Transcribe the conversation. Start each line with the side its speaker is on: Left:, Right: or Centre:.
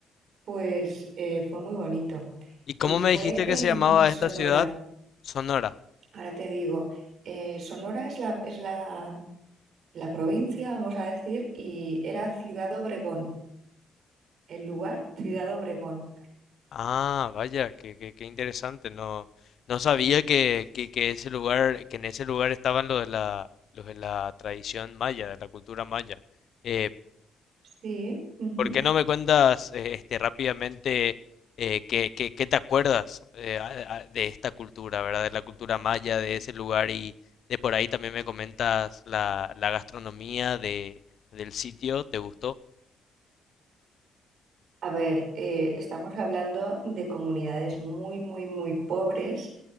Right: pues eh, fue muy bonito.
Left: ¿Y cómo
Right: Y fue
Left: me dijiste
Right: en
Left: que se llamaba
Right: Sonora,
Left: esta ciudad? Sonora.
Right: ahora te digo, eh, Sonora es la, es la, la provincia, vamos a decir, y era Ciudad Obregón. El lugar, Ciudad Obregón.
Left: Ah, vaya, qué, qué, qué interesante. No, no sabía que, que, que ese lugar, que en ese lugar estaban los de la, los de la tradición maya, de la cultura maya. Eh,
Right: Sí. ujú.
Left: ¿por qué no me cuentas eh, este rápidamente eh, qué, qué- qué te acuerdas eh, a- a- de esta cultura, ¿verdad? De la cultura maya, de ese lugar y de por ahí también me comentas la, la gastronomía de, del sitio. ¿Te gustó?
Right: A ver, eh, estamos hablando de comunidades muy, muy, muy pobres.